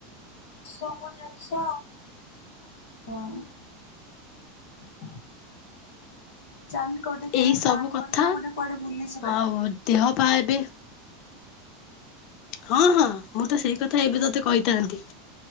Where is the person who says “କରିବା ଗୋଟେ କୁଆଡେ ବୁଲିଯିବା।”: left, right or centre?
Left